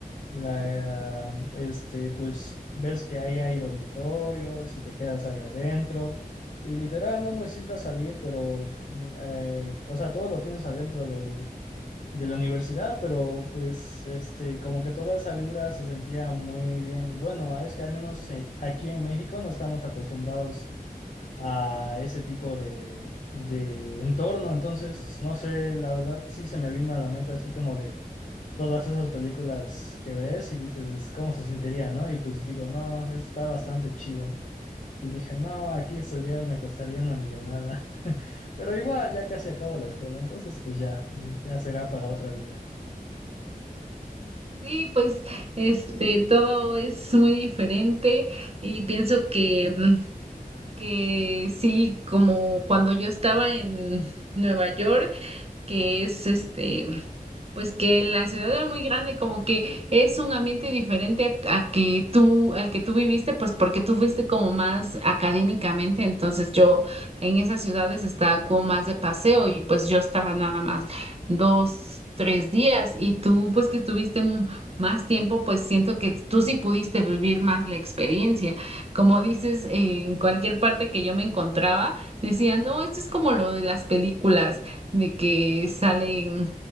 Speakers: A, on the left (about 55°); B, on the right (about 40°).
A: la, este, pues ves que ahí hay dormitorios y te quedas ahí adentro y literal no necesitas salir, pero, mm, eh, o sea, todo lo tienes adentro de la universidad, pero pues este, como que toda esa vibra se sentía muy bien. Bueno, es que al menos eh, aquí en México no estamos acostumbrados a ese tipo de, de entorno, entonces, no sé, la verdad sí se me vino a la mente así como de todas esas películas que ves y dices, ¿cómo se sentiría, no? Y pues digo, no, está bastante chido. Y dije, no, aquí estudiar me costaría una millonada. <laughs> Pero igual, ya casi acabo la escuela, entonces pues ya, ya será para otra vida.
B: Sí, pues este todo es muy diferente y pienso que mm, que sí, como cuando yo estaba en Nueva York que es este, pues que la ciudad era muy grande, como que es un ambiente diferente a, a que tú, al que tú viviste, pues porque tú fuiste como más académicamente, entonces yo en esas ciudades estaba como más de paseo y pues yo estaba nada más dos, tres días y tú pues que estuviste m- más tiempo, pues siento que tú sí pudiste vivir más la experiencia. Como dices, en cualquier parte que yo me encontraba, decían, no, esto es como lo de las películas de que salen,